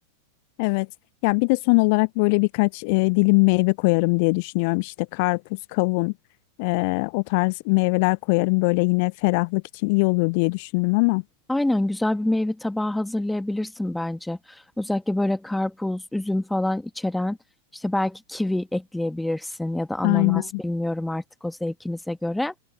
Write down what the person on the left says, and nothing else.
Evet. Ya bir de son olarak böyle birkaç e, dilim meyve koyarım diye düşünüyorum. İşte karpuz, kavun, e, o tarz meyveler koyarım. Böyle yine ferahlık için iyi olur diye düşündüm ama.
Aynen.